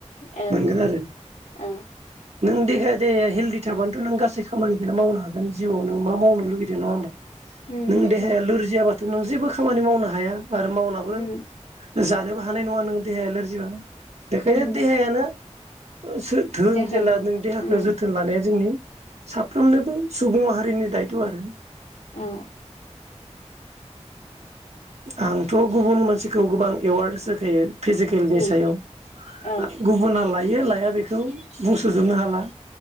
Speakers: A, on the left (about 80°); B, on the right (about 65°).
A: औ
B: मोनगोन आरो
A: औ
B: नों दे हे दे हेल्दि थाबानोथ' नों गासै खामानिखोनो मावनो हागो गोन जिउआव नों मा मावनो लुगैदो नङा होमबा?
A: उम
B: नों
A: नंगौ
B: देहाया लोरजियाबा तु नों जेबो खामानि मावनो हाया। आरो मावनाबो
A: उम
B: जानोबो हानाय नङा नों देहाया लोरजिबा। बेखायनो
A: उम
B: देहायानो सो धोन
A: दोहोन
B: जेला नों देहाखौ
A: उम
B: जोथोन लानाया जोंनि साफ्रोमनोबो सुबुं माहारिनि दायथ' आरो।
A: औ।
B: आंथ' गुबुन मानसिखौ गोबां एवार्डस होखायो। फिजिकेलनि
A: उम
B: सायाव ओ
A: औ
B: गुबुनालाय लायो लाया बेखौ बुंस'जोबनो हाला।